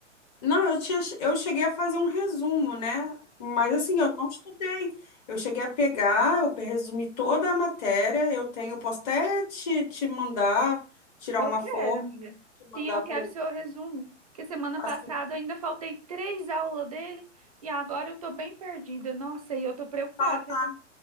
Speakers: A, on the left; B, on the right.
A: Não, eu tinha, eu cheguei a fazer um resumo, né? Mas assim, eu não estudei. Eu cheguei a pegar, eu resumi toda a matéria. Eu tenho, eu posso até te, te mandar, tirar
B: Eu
A: uma
B: quero,
A: foto,
B: amiga.
A: te mandar
B: Sim, eu
A: por.
B: quero seu resumo. Porque semana
A: Assim,
B: passada eu ainda faltei três aulas dele e agora eu tô bem perdida. Nossa, e eu tô preocupada
A: tá,
B: com essa